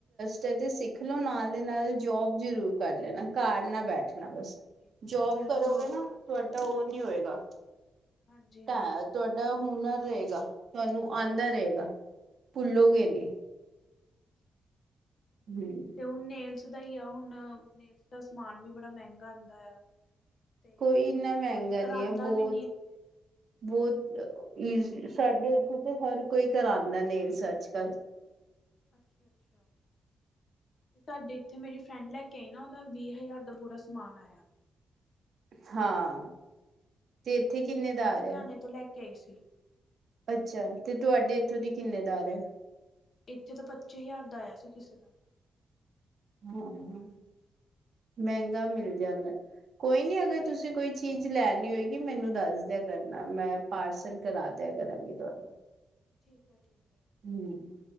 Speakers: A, on the right; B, on the left.
A: ਜਦੋ ਸਿੱਖ ਲੋ, ਨਾਲ ਦੇ ਨਾਲ ਜੋਬ ਜ਼ਰੂਰ
B: ਹਾਂਜੀ
A: ਕਰ
B: ਹਾਂਜੀ
A: ਲੈਣਾ, ਘਰ ਨਾ ਬੈਠਣਾ
B: ਹਾਂਜੀ
A: ਬਸ,
B: ਹਾਂਜੀ
A: ਜੋਬ
B: ਬਿਲਕੁਲ
A: ਕਰੋਗੇ
B: ਉਹੀ
A: ਨਾ
B: ਤਾਂ
A: ਤੁਹਾਡੇ ਉਹ ਨੀ ਹੋਏਗਾ
B: ਹਾਂਜੀ ਹਾਂਜੀ
A: ਤਾਂ ਤੁਹਾਡਾ ਹੁਨਰ ਰਹੇਗਾ ਤੁਹਾਨੂੰ, ਆਦਾ
B: ਹਮ
A: ਰਹੇਗਾ, ਭੁੱਲੋਗੀ
B: ਹਾਂਜੀ
A: ਨਈ ਹਮ
B: ਤੇ ਹੁਣ ਨੇਲਸ ਦਾ ਹੀ ਆ, ਹੁਣ ਨੇਲਸ ਦਾ ਸਮਾਨ ਵੀ ਬੜਾ ਮਹਿੰਗਾ, ਆਉਂਦਾ ਆ ਤੇ
A: ਕੋਈ ਇੰਨਾ ਮਹਿੰਗਾ
B: ਕੋਈ ਕਰਾਉਂਦਾ
A: ਨਈ, ਹੈ ਬਹੁਤ
B: ਵੀ ਨੀ ਇੱਥੇ
A: ਬਹੁਤ ਈਜ਼ ਸਾਡੇ ਕੋਲ ਤੇ ਹਰ ਕੋਈ ਕਰਾਉਂਦਾ ਨਹੀਂ ਰਿਸਰਜ ਅੱਜ -ਕੱਲ
B: ਅੱਛਾ-ਅੱਛਾ ਤੇ ਸਾਡੇ, ਇੱਥੇ ਮੇਰੀ ਫਰੈਂਡ ਲੈ ਕੇ ਆਈ ਨਾ, ਉਹਦਾ ਵੀਹ ਹਜ਼ਾਰ ਦਾ, ਪੂਰਾ ਸਮਾਨ ਆਇਆ
A: ਹਾਂ। ਤੇ, ਇੱਥੇ ਕਿੰਨੇ ਦਾ
B: ਲੁਧਿਆਣੇ
A: ਆ ਰਿਹਾ?
B: ਤੋਂ, ਲੈ ਕੇ ਆਈ ਸੀ।
A: ਅੱਛਾ, ਤੇ ਤੁਹਾਡੇ ਇੱਥੋਂ ਦੀ, ਕਿੰਨੇ ਦਾ ਆ ਰਿਹਾ
B: ਇੱਥੇ ਤੇ ਪੱਚੀ ਹਜ਼ਾਰ ਦਾ ਆਇਆ ਸੀ ਕਿਸੇ ਦਾ।
A: ਹਾਂ ਮੈਂਗਾ ਮਿਲ ਜਾਂਦਾ, ਕੋਈ ਨੀ ਅਗਰ
B: ਹਾਂਜੀ
A: ਤੁਸੀਂ ਕੋਈ ਚੀਜ਼ ਲੈਨੀ ਹੋਏਗੀ ਮੈਨੂੰ ਦੱਸ ਦੇਆ ਕਰਨਾ ਮੈਂ ਪਾਰਸਲ ਕਰਾ ਦੇਆ ਕਰਾਂਗੀ ਤੁਹਾਡਾ।
B: ਠੀਕ ਐ, ਠੀਕ ਐ,
A: ਹੂੰ